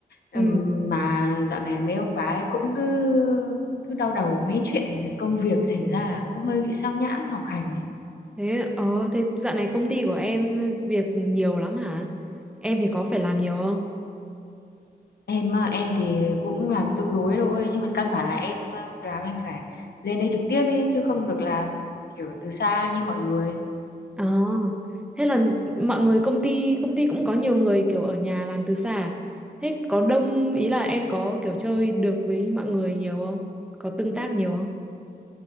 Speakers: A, on the left; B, in the centre.
A: Ừm,
B: Ừ,
A: mà dạo này mấy ông bà ấy cũng cứ cứ đau đầu mấy chuyện công việc thành ra là cũng hơi bị sao nhãng học hành đấy.
B: thế ờ thế dạo này công ty của em ờ, việc nhiều lắm hả? Em thì có phải làm nhiều không?
A: em à, em thì cũng làm tương đối thôi nhưng mà căn bản là em à, làm em phải lên đây trực tiếp ý chứ không được làm kiểu từ xa như mọi người
B: Ờ, thế là mọi người công ty công ty cũng có nhiều người kiểu ở nhà làm từ xa. à? Thế có đông ý là em có kiểu chơi được với mọi người nhiều không? Có tương tác nhiều không?